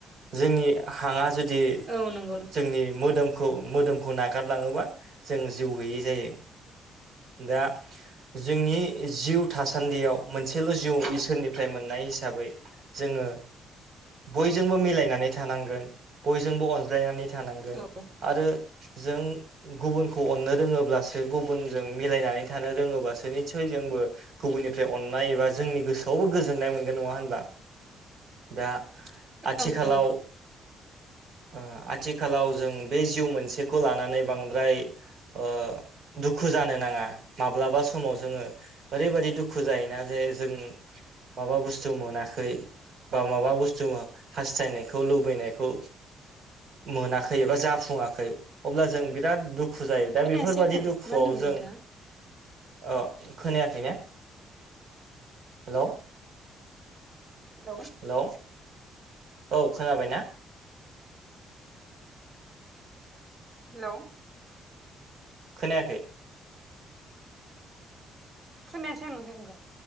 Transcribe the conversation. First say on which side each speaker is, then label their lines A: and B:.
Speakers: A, on the right; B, on the right.
A: जोंनि हांआ जुदि
B: औ नंगौ
A: जोंनि मोदोमखौ मोदोमखौ नागारलाङोबा जों जिउ गैयै जायो दा जोंनि जिउ थासान्दियाव मोनसेल जिउ इसोरनिफ्राय मोननाय हिसाबै जोङो बयजोंबो मिलायनानै थानां गोन। बयजोंबो अनज्लायनानै थानांगोन
B: औ
A: आरो जों गुबुनखौ अननो रोङोब्लासो गुबुनजों मिलायनानै थानो रोङोब्लासो निसयजोंबो गुबुननिफ्राय अननाय एबा जोंनि गोसोआवबो गोजोननाय मोनगोन नङा होनबा! दा आथिखालाव
B: औ नंगौ
A: ओ आथिखालाव जों बे जिउ मोनसेखौ लानानै बांद्राय ओ दुखु जानो नाङा। माब्लाबा समाव जोङो ओरैबायदि दुखु जायोना जे जों माबा बुस्थु मोनाखै बा माबा बुस्थु हास्थायनायखौ लुबैनायखौ मोनाखै एबा जाफुङाखै अब्ला जों बिराद दुखु जायो। दा
B: खोनायासै
A: बेफोरबादि
B: आङो
A: दुखुआव
B: मा होनदोंमोन
A: जों
B: नोंथाङा
A: आं खोनायाखै ने? हेलौ
B: हेलौ
A: हेलौ औ खोनाबाय ना?
B: हेलौ
A: खोनायाखै
B: खोनायासै आं नों <unintelligible>